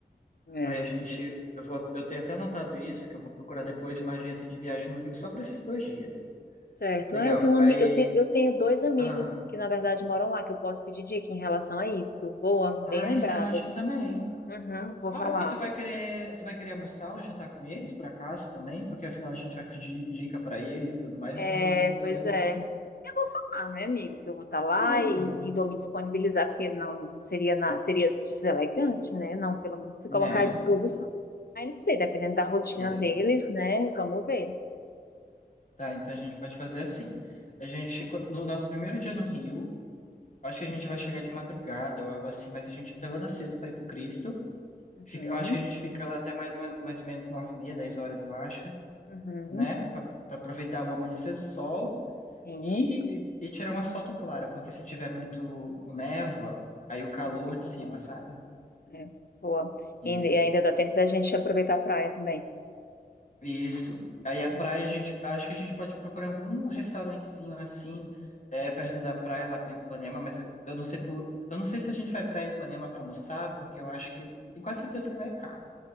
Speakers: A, on the left; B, on the left.
A: É.
B: Aí a gente, eu vou, eu tenho até anotado isso, que eu vou procurar depois uma agência de viagem no Rio só para esses dois dias.
A: Certo.
B: Legal.
A: Ah, eu tenho um,
B: Aí,
A: ami- eu tenho, eu tenho dois amigos
B: ah,
A: que, na verdade, moram lá, que eu posso pedir dica em relação a isso. Boa, bem
B: ah,
A: lembrado.
B: isso é ótimo também.
A: Uhum, vou
B: Ah,
A: falar.
B: e tu vai querer, tu vai querer almoçar ou jantar com eles por acaso também? Porque afinal a gente vai pedir dica para eles e tudo mais,
A: É,
B: então a gente tem que
A: pois
B: pelo menos,
A: é.
B: né?
A: Ah, meu amigo, que eu vou estar lá
B: Isso,
A: e, e vou me disponibilizar, porque não seria, na- seria deselegante, né? Não, pelo menos se
B: né?
A: colocar à disposição. Aí não sei, dependendo da rotina
B: Isso.
A: deles, né? Vamos ver.
B: Tá, então a gente pode fazer assim. A gente, co- no nosso primeiro dia no Rio, acho que a gente vai chegar de madrugada ou algo assim, mas a gente levanta cedo para ir pro Cristo.
A: Uhum,
B: Fica- eu acho que a gente fica lá até mais, uma- mais ou menos nove e meia, dez horas, eu acho,
A: uhum,
B: né? Para aproveitar o amanhecer do sol
A: sim,
B: e, e, e tirar uma foto clara, porque se tiver muito com névoa, aí o calor
A: não fica
B: dissipa,
A: bom.
B: sabe?
A: É, boa.
B: Isso.
A: E ainda e ainda dá tempo da gente aproveitar a praia também.
B: Isso. Aí a praia,
A: Uhum.
B: a gente, acho que a gente pode procurar algum restaurantezinho assim, é, perto da praia, lá para Ipanema, mas eu, eu não sei por, eu não sei se a gente vai para Ipanema para almoçar, porque eu acho que, tenho quase certeza que lá é caro,